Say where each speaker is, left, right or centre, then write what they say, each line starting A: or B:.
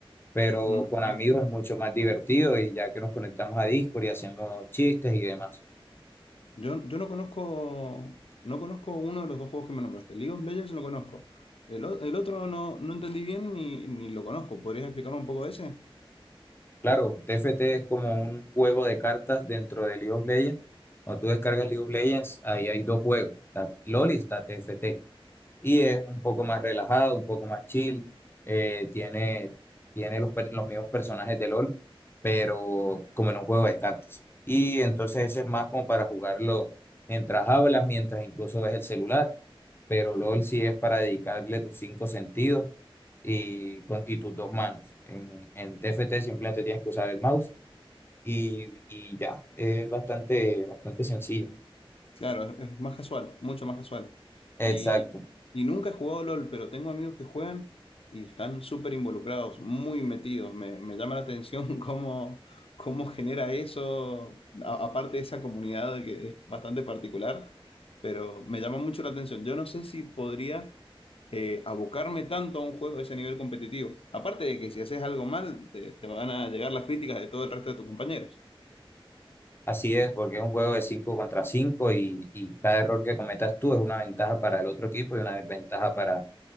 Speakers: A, on the left (about 25°); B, on the left (about 75°).
A: Pero
B: Mm,
A: con amigos
B: claro.
A: es mucho más divertido y ya que nos conectamos a Discord y hacemos chistes y demás.
B: Yo, yo no conozco, no conozco uno de los dos juegos que me nombraste. League of Legends lo conozco. El, o- el otro no, no entendí bien ni, ni lo conozco. ¿Podrías explicarme un poco de ese?
A: Claro, T F T es como un juego de cartas dentro de League of Legends. Cuando tú descargas League of Legends, ahí hay dos juegos. Está LOL y está TFT. Y es un poco más relajado, un poco más chill. eh, tiene tiene los, per- los mismos personajes de LOL, pero como en un juego de cartas. Y entonces ese es más como para jugarlo mientras hablas, mientras incluso ves el celular pero LOL sí es para dedicarle tus cinco sentidos y, con- y tus dos manos. En, en t F T simplemente tienes que usar el mouse y, y ya, es bastante, bastante sencillo.
B: Claro, es, es más casual, mucho más casual.
A: Exacto,
B: Y, y nunca he jugado LOL, pero tengo amigos que juegan y están súper involucrados, muy metidos. Me, me llama la atención <laughs> cómo, cómo genera eso, a- aparte de esa comunidad que es bastante particular, pero me llama mucho la atención. Yo no sé si podría eh, abocarme tanto a un juego de ese nivel competitivo. Aparte de que si haces algo mal, te, te van a llegar las críticas de todo el resto de tus compañeros.
A: así es, porque es un juego de 5 contra 5 y, y cada error que cometas tú es una ventaja para el otro equipo y una desventaja para,